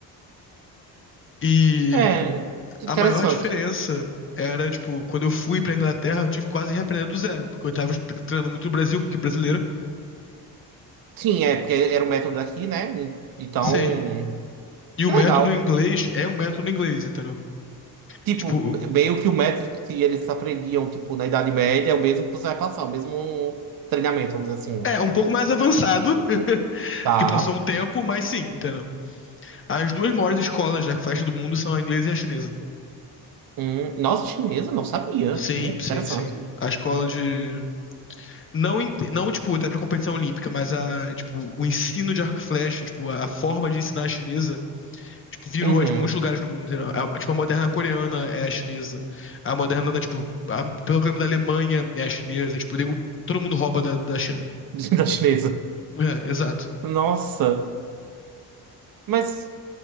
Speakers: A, on the left; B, on the right.
A: E
B: É, interessante.
A: a maior diferença era, tipo, quando eu fui pra Inglaterra, eu tive quase que quase reaprender do zero, porque eu tava tre- treinando muito no Brasil, que aqui é brasileiro.
B: Sim, é, porque era o método daqui, né? Então,
A: Sim. E
B: que
A: o método
B: legal.
A: inglês é um método inglês, entendeu?
B: Tipo,
A: Tipo,
B: meio que o método que eles aprendiam, tipo, na Idade Média é o mesmo que você vai passar, o mesmo treinamento, vamos dizer
A: é
B: assim.
A: um pouco mais avançado, <laughs>
B: Tá.
A: que passou um tempo, mas sim, entendeu? As duas maiores escolas de arco-flecha do mundo são a inglesa e a chinesa.
B: Hum, nossa, chinesa, não sabia.
A: Sim,
B: Hum, interessante.
A: sim, sim. A escola de. Não, inte- não tipo, até pra competição olímpica, mas a, tipo, o ensino de arco e flecha, tipo, a a forma de ensinar a chinesa tipo, virou
B: Uhum.
A: a de muitos lugares do mundo, entendeu? A- tipo, a moderna coreana é a chinesa. A moderna da, tipo, a, pelo clima da Alemanha é a chinesa. Tipo, nego- todo mundo rouba da, da China.
B: <laughs> Da chinesa.
A: É, exato.
B: Nossa. Mas,